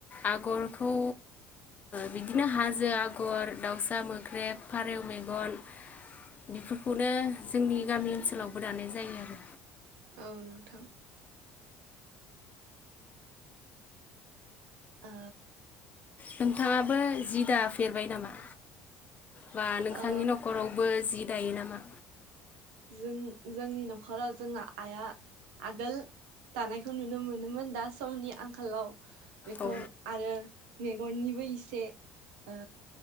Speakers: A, on the left; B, on the right.
A: आगरखौ बिदिनो हाजो आगर दाउसा मोख्रेब फारेव मेगन बेफोरखौनो जोंनि गामि ओनसोलावबो दानाय जायो आरो
B: औ नोंथां ओ
A: नोंथाङाबो जि दाफेरबाय नामा? बा नोंथांनि
B: ओ
A: न'खरावबो जि दायो नामा?
B: जों जोंनि न'खराव जोंहा आइया आगोल दानायखौ नुनो मोनोमोन दा समनि आंखालाव बेखौ
A: औ
B: आरो मेगननिबो एसे ओ